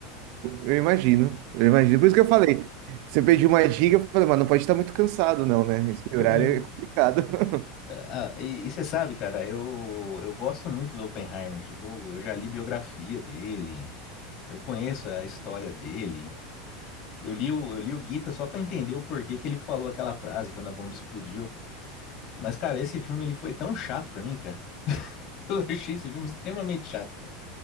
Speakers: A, on the right (about 55°); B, on the left (about 45°).
A: Eu imagino, eu imagino. Por isso que eu falei, você pediu uma dica, eu falei, mas não pode estar muito cansado, não, né? Esse
B: É.
A: horário é complicado. <laughs>
B: Ah, e você sabe, cara, eu, eu gosto muito do Oppenheimer. Tipo, eu, eu já li biografia dele. Eu conheço a história dele. Eu li o, eu li o Gita só pra entender o porquê que ele falou aquela frase quando a bomba explodiu. Mas, cara, esse filme ele foi tão chato pra mim, cara. <laughs> Eu achei esse filme extremamente chato, cara.